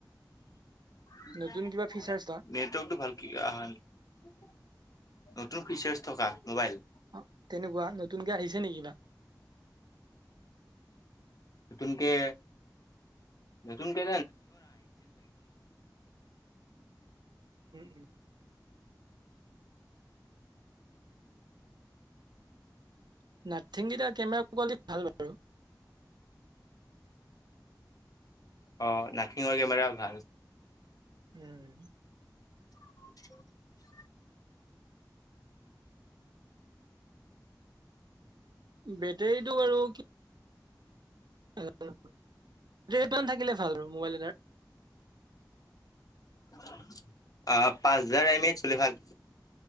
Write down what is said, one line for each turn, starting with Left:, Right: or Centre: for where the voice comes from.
Left: <inaudible>
Right: নতুন কিবা ফিচাৰ্চ
Left: নেটৱৰ্কটো ভালকে অহা নাই। নতুন ফিচাৰ্চ থকা মোবাইল।
Right: অ তেনেকুৱা নতুনকে আহিছে নেকি বা।
Left: নতুনকে নতুনকে।
Right: । <inaudible> নাথিংকেইটাৰ।
Left: অ নাখিঙৰ কেমেৰা ভাল।
Right: হম।
Left: । <unintelligible>
Right: বেটেৰীটো বাৰু কি। প্ থাকিলে ভাল আৰু মোবাইল এটাৰ
Left: আহ পাঁচ হাজাৰ এম এ চলে ভাল।